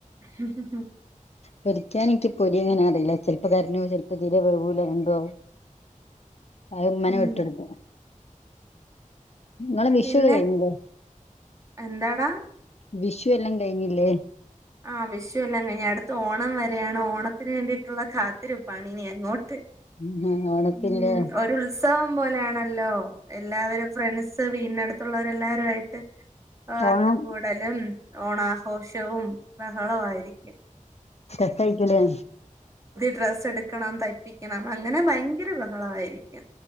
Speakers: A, on the right (about 20°); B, on the left (about 50°).
A: ആ ആ ആ
B: പൊരിക്കാൻ ആയിട്ട് പൊരി അങ്ങനെ അറിയില്ല ചിലപ്പോ കരിഞ്ഞോം ചെലപ്പോ തീരെ വെവുല എന്തോ ആവും അത ഉമ്മനെ
A: ഉം
B: വിട്ടെടുത്ത നിങ്ങളെ വിഷുക്കെ
A: പിന്നെ
B: കഴിഞ്ഞില്ലേ
A: എന്താടാ
B: വിഷു എല്ലാം കഴിഞ്ഞില്ലേ
A: ആ് വിഷുവല്ലാം കഴിഞ്ഞ അടുത്ത് ഓണം വരെയാണ് ഓണത്തിന് വേണ്ടിയിട്ടുള്ള കാത്തിരിപ്പാണ് ഇനി അങ്ങോട്ട്.
B: ഉം ഓണത്തില്ലേ
A: ഉം ഒരു ഉത്സവം പോലെയാണല്ലോ എല്ലാവരും ഫ്രണ്ട്സ് വീടിനടുത്തുള്ളോരെല്ലാരും ആയിട്ട്
B: ഓണം
A: അത്തപ്പൂടലും ഓണാഘോഷവും ബഹളായിരിക്കും.
B: ശെച്ചായിക്കില്ലേ
A: ഡ്രസ്സ് എടുക്കണം തയ്പ്പിക്കണം അങ്ങനെ ഭയങ്കര ബഹളായിരിക്കും.